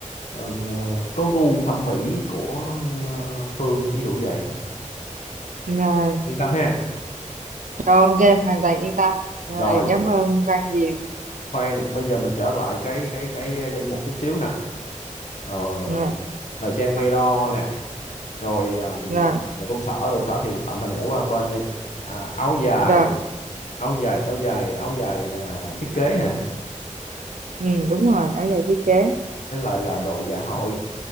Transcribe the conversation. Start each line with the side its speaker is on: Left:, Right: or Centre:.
Left: ờ, ờ, có gu thẩm mỹ của ờ, Phương ví dụ vậy
Right: rồi rồi
Left: yên tâm ha
Right: ok hoàn toàn yên tâm rồi
Left: rồi
Right: cảm ơn Văn nhiều
Left: khoan bây giờ mình trở lại cái cái cái ờ, danh mục chút xíu nè ờ,
Right: rồi
Left: ờ, thời trang may đo nè rồi ờ,
Right: rồi
Left: công sở đồ sở thì tạm thời mình để qua một bên đi à, áo dài
Right: rồi
Left: áo dài áo dài áo dài à, thiết kế hả
Right: ừ, đúng rồi ở giày thiết kế
Left: với lại là đồ dạ hội